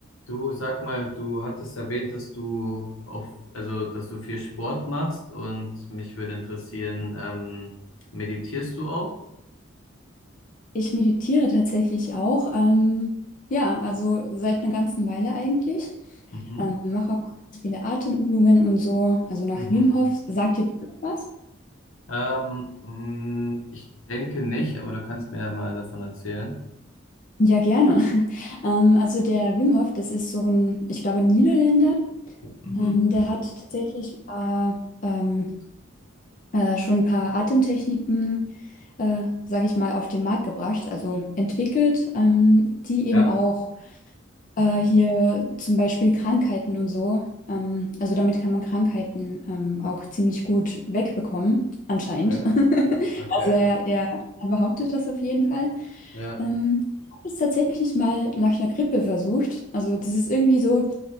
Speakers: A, on the left; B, on the left.
A: Du sag mal, du hattest erwähnt, dass du auf, also dass du viel Sport machst und mich würde interessieren, ähm, meditierst du auch?
B: Ich meditiere tatsächlich auch. Ähm, ja, also seit einer ganzen Weile eigentlich.
A: Mhm.
B: Ähm, mache auch ganz viele Atemübungen und so. Also nach
A: Mhm.
B: Wim Hof, sagt ihr was?
A: Ähm, mh, ich denke nicht, aber du kannst mir ja mal davon erzählen.
B: Ja, gerne. <laughs> Ähm, also der Wim Hof, das ist so ein, ich glaube, ein Niederländer.
A: Mhm.
B: Ähm, der hat tatsächlich äh, ähm, äh, schon ein paar Atemtechniken, äh, sage ich mal, auf den Markt gebracht, also entwickelt, ähm, die eben
A: Ja,
B: auch Äh, hier zum Beispiel Krankheiten und so. Ähm, also damit kann man Krankheiten ähm, auch ziemlich gut wegbekommen, anscheinend.
A: okay,
B: <laughs>
A: okay,
B: Also er, er, er behauptet das auf jeden Fall.
A: ja,
B: Ähm, ich habe es tatsächlich mal nach einer Grippe versucht. Also das ist irgendwie so,